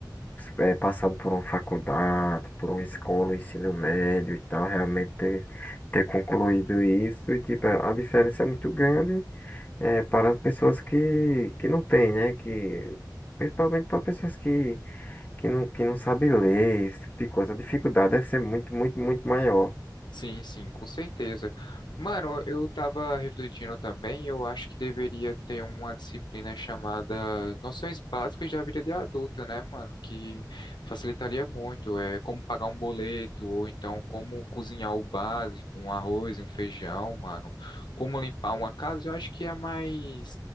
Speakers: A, on the left; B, on the left.
A: é, passado por uma faculdade, por uma escola, um ensino médio e tal, realmente ter, ter concluído isso, e tipo, a diferença é muito grande é, para as pessoas que, que não têm, né? Que, principalmente para pessoas que, que não, que não sabem ler, esse tipo de coisa, a dificuldade deve ser muito, muito, muito maior.
B: Sim, sim, com certeza. Mano, eu tava refletindo também, eu acho que deveria ter uma disciplina chamada Noções Básicas da Vida de Adulta, né, mano? Que facilitaria muito, é como pagar um boleto, ou então como cozinhar o básico, um arroz, um feijão, mano. Como limpar uma casa, eu acho que é mais,